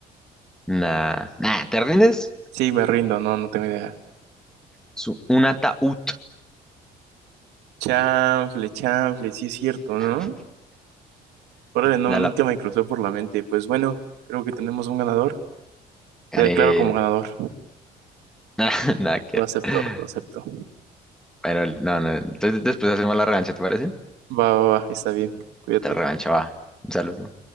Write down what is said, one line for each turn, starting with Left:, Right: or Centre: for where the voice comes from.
Centre: Nada, nada. ¿Te rindes?
Right: sí, me rindo, no, no tengo idea.
Centre: Su- un ataúd.
Right: Chanfle, chanfle, sí es cierto,
Centre: <laughs>
Right: ¿no? Órale, no,
Centre: Ya
Right: nunca
Centre: la
Right: me cruzó por la mente. Pues bueno, creo que tenemos un ganador.
Centre: Gané.
Right: Te declaro como
Centre: <laughs>
Right: ganador.
Centre: Nada, nada que.
Right: Lo acepto,
Centre: ver.
Right: lo acepto.
Centre: Bueno, no, no. Entonces después hacemos la revancha, ¿te parece?
Right: Va, va, va, está bien. Cuídate.
Centre: Otra revancha, va. Un saludo.